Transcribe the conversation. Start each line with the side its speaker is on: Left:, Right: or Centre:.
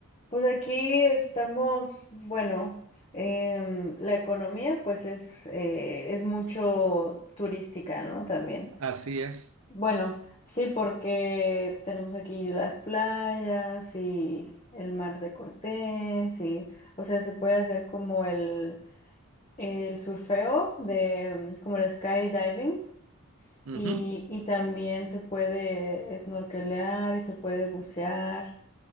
Left: Pues aquí estamos, bueno, em, la economía pues es, eh, es mucho turística, ¿no? También.
Right: Así es.
Left: Bueno, sí, porque tenemos aquí las playas y el mar de Cortés y, o sea, se puede hacer como el, el surfeo de, em, como el skydiving.
Right: Ujú.
Left: Y, y también se puede snorkelear y se puede bucear.